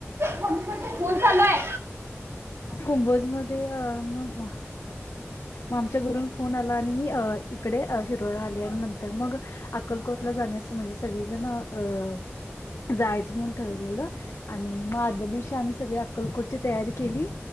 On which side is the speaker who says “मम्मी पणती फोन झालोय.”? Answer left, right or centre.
Right